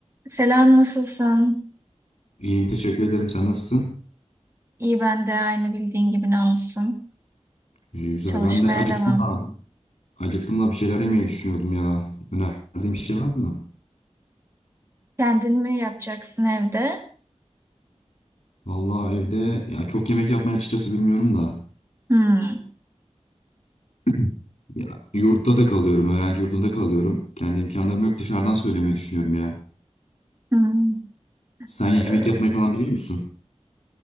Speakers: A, on the right (about 20°); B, on the left (about 60°).
A: Selam, nasılsın?
B: İyiyim teşekkür ederim. Sen nasılsın?
A: İyi ben de aynı bildiğin gibi ne olsun.
B: İyi, güzel.
A: Çalışmaya
B: Ben de acıktım
A: devam.
B: da, acıktım da bir şeyler yemeyi düşünüyordum ya. Önerdiğin bir şey var mı?
A: Kendin mi yapacaksın evde?
B: Vallahi evde ya çok yemek yapmayı açıkçası bilmiyorum da.
A: Hmm.
B: <clears throat> Ya, yurtta da kalıyorum. Öğrenci yurdunda kalıyorum. Kendi imkanlarım yok. Dışarıdan söylemeyi düşünüyorum ya.
A: Hmm.
B: Sen yemek
A: Ee,
B: yapmayı falan biliyor musun?